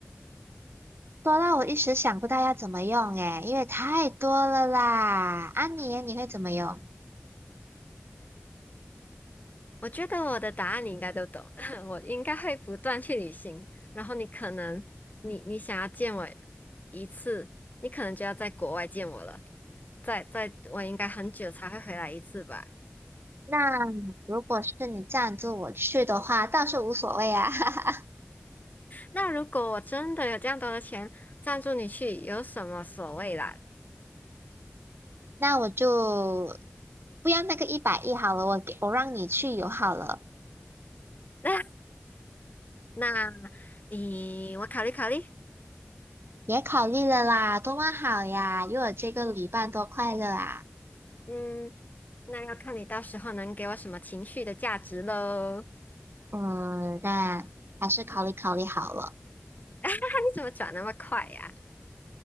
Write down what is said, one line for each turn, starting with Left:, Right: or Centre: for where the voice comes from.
Right: 多到我一时想不到要怎么用诶，因为太多了啦。安妮，你会怎么用？
Left: 我觉得我的答案你应该都懂，<laughs> 我应该会不断去旅行，然后你可能，你你想要见我一次，你可能就要在国外见我了，在在我应该很久才会回来一次吧。
Right: 那如果是你赞助我去的话，倒是无所谓啊。<laughs>
Left: 那如果我真的有这样多的钱，赞助你去，有什么所谓啦？
Right: 那我就不要那个一百亿好了，我给我让你去游好了。
Left: <laughs> 那，咦，我考虑考虑，
Right: 也考虑了啦，多么好呀，有我这个旅伴多快乐啊。
Left: 嗯，那要看你到时候能给我什么情绪的价值喽。<laughs>
Right: 嗯，那还是考虑考虑好了。
Left: 你怎么转那么快呀、